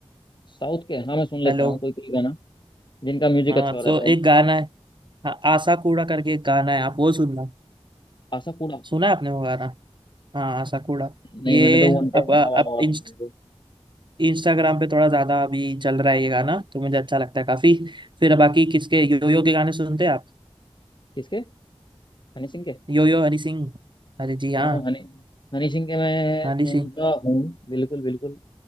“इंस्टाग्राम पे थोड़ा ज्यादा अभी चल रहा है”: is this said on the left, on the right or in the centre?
Right